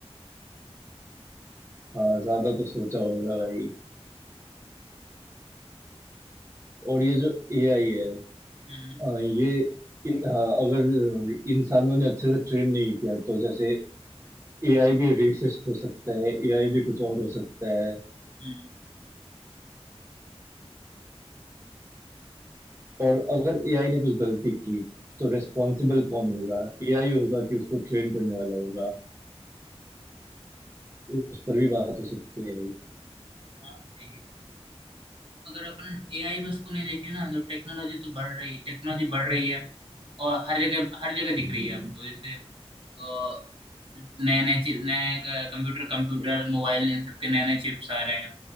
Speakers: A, on the right; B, on the right.
A: हाँ ज्यादा तो सोचा होगा भाई और ये जो एआई है
B: हम्म
A: अ, ये इन- हाँ, अगर इंसानों ने अच्छे से ट्रेन नहीं किया तो जैसे एआई भी रेसिस्ट हो सकता है एआई भी कुछ और हो सकता है
B: हम्म,
A: और अगर एआई ने कुछ गलती की तो रेस्पॉन्सिबल कौन होगा एआई होगा कि उसको ट्रेन करने वाला होगा उस पर भी बात हो सकती है
B: हाँ सही है। अगर अपन एआई में उसको नहीं देखें ना तो टेक्नोलॉजी तो बढ़ रही है टेक्नोलॉजी बढ़ रही है और हर जगह हर जगह दिख रही है हमको जैसे अ, नए नए चीज नए नए कंप्यूटर कंप्यूटर मोबाइल इन सब के नए नए चिप्स आ रहे हैं